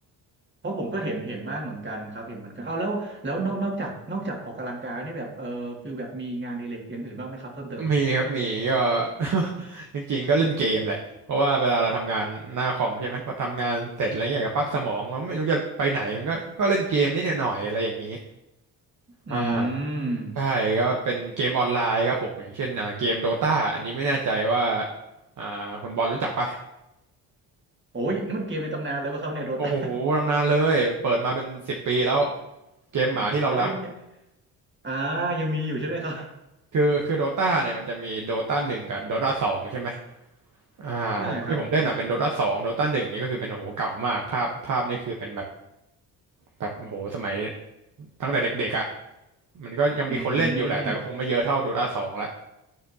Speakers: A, on the right (about 25°); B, on the right (about 45°).
A: เพราะผมก็เห็นเห็นบ้างเหมือนกันครับเห็นเหมือนกันเอาแล้วแล้วนอกนอกจากนอกจากออกกำลังกายนี่แบบเออฟิลแบบมีงานอดิเรกอย่างอื่นบ้างไหมครับเพิ่มเติม
B: มีครับมีก็ <laughs> จริงๆก็เล่นเกมแหละเพราะว่าเวลาเราทำงานหน้าคอมใช่ไหมพอทำงานเสร็จอะไรอย่างเงี้ยอยากจะพักสมองมันไม่รู้จะไปไหนมันก็ก็เล่นเกมนิดหน่อยอะไรอย่างนี้
A: อืม
B: อ่า ใช่ก็เป็นเกมออนไลน์ครับผมอย่างเช่นอ่าเกมโดตาอันนี้ไม่แน่ใจว่าอ่าคุณบอลรู้จักปะ
A: โอ้ยนี่มันเกมในตำนานเลยป่ะครับเนี่ยโดตา
B: โอ้โหตำนานเลยเปิดมาเป็นสิบปีแล้วเกมหมาที่เรารัก
A: <laughs> อ๋อยังยังอ่ายังมีอยู่ใช่ไหมครับ
B: คือคือโดตาเนี่ยมันจะมีโดตาหนึ่งกับโดตาสองใช่ไหมอ่าของที่ผมเล่นอ่ะเป็นโดตาสองโดตาหนึ่งนี่ก็คือเป็นโอ้โหเก่ามากภาพภาพนี่คือเป็นแบบ
A: อ่าครับ
B: แบบโอ้โหสมัยตั้งแต่เด็กๆอ่ะมันก็ยังมีคนเล่นอยู่แหละแต่ก็คงไม่เยอะเท่าโดตาสองละ
A: อืม